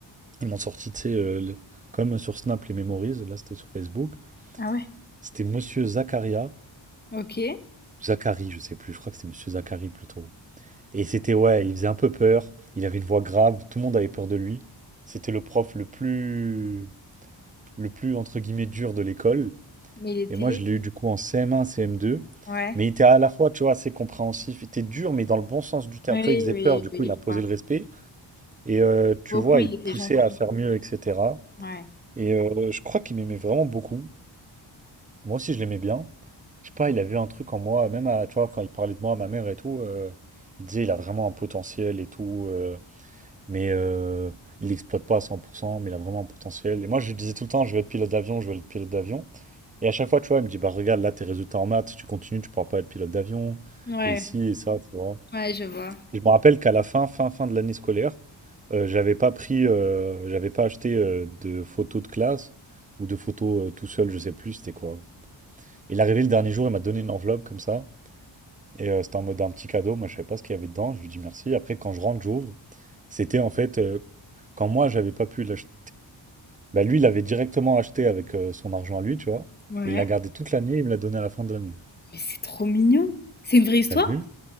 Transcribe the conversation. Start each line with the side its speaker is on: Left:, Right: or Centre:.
Right: m'ont sorti, tu sais, euh, le- comme sur Snap, les Memories. Là, c'était sur Facebook.
Left: Ah ouais.
Right: C'était Monsieur Zakaria.
Left: Ok.
Right: Zachary, je sais plus, je crois que c'était Monsieur Zachary plutôt. Et c'était, ouais, il faisait un peu peur. Il avait une voix grave, tout le monde avait peur de lui. C'était le prof le plus le plus entre guillemets dur de l'école.
Left: Mais il était.
Right: Et moi, je l'ai eu du coup en CM1, CM2.
Left: Ouais.
Right: Mais il était à la fois, tu vois, assez compréhensif. Il était dur, mais dans le bon sens du terme.
Left: Oui,
Right: Tu vois, il faisait
Left: oui,
Right: peur, du coup,
Left: oui,
Right: il imposait
Left: je vois.
Right: le respect. Et euh, tu
Left: Au
Right: vois,
Left: fond, il
Right: il te
Left: était
Right: poussait
Left: gentil.
Right: à faire mieux, etc.
Left: Ouais.
Right: Et euh, je crois qu'il m'aimait vraiment beaucoup. Moi aussi, je l'aimais bien. Je sais pas, il avait un truc en moi, même à, tu vois, quand il parlait de moi à ma mère et tout, euh, il disait il a vraiment un potentiel et tout, euh, mais euh, il l'exploite pas à 100% mais il a vraiment un potentiel. Et moi, je lui disais tout le temps, je veux être pilote d'avion, je veux être pilote d'avion. Et à chaque fois, tu vois, il me dit, bah regarde, là, tes résultats en maths, si tu continues, tu pourras pas être pilote d'avion.
Left: Ouais,
Right: Et ici, et ça, tu vois.
Left: ouais, je vois.
Right: Et je me rappelle qu'à la fin, fin, fin de l'année scolaire, euh, j'avais pas pris, euh, j'avais pas acheté euh, de photos de classe ou de photos euh, tout seul, je sais plus, c'était quoi. Il est arrivé le dernier jour, il m'a donné une enveloppe comme ça. Et euh, c'était en mode un petit cadeau, moi je savais pas ce qu'il y avait dedans, je lui dis merci. Après, quand je rentre, j'ouvre. C'était en fait, euh, quand moi j'avais pas pu l'acheter, bah, lui il l'avait directement acheté avec euh, son argent à lui, tu vois.
Left: Ouais.
Right: Il l'a gardé toute l'année, il me l'a donné à la fin de l'année.
Left: Mais c'est trop mignon. C'est une vraie histoire?
Right: T'as vu?